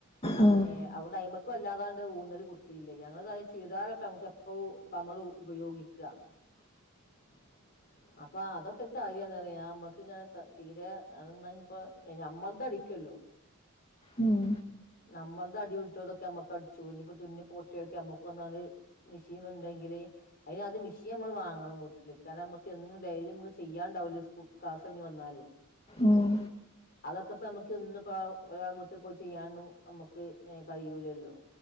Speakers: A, on the left; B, on the left.
A: അവ
B: ഉം
A: ഏ അവടയ്മക് കൊല്ലാതാ ഊന്നൽ കൊടുത്തിയില്ല ഞങ്ങള്തായ ചുരിദാർ അപ്പ ഞമ്മക്ക് എപ്പഴും നമ്മള് ഉപയോഗിക്കാ അപ്പൊ അതൊക്കെ ഒരു കാര്യാണറിയ നമ്മക്ക് ഇങ്ങനെ ത തീരെ അതെന്നാ ഇപ്പാ ഞമ്മൾത് അടിക്കല്ലോ
B: ഉം
A: നമ്മൾത് അടി വിട്ടതൊക്കെ നമ്മക്ക് അടിച്ചു ഇപ്പൊ തുന്നി പൊട്ടിയൊക്കെ നമ്മക്ക് ഒന്നാള് മിഷീൻ ഇണ്ടെങ്കില് അതിനാദ്യം മിഷീൻ നമ്മള് വാങ്ങണം വീട്ടില്. കാരണം നമ്മക്ക് എന്നും ഡെയിലി നമ്മക്ക് ചെയ്യാണ്ടാവില്ലോ സ് ക്ലാസ് കഴിഞ്ഞ് വന്നാല്
B: ഉം
A: അതൊക്കെ ഇപ്പോ നമ്മക്ക് ഒന്നും ഇപ്പ ഒരാൾടെ വീട്ടി പോയി ചെയ്യാനും നമ്മക്ക് ഏഹ് കഴിയൂലല്ലോ.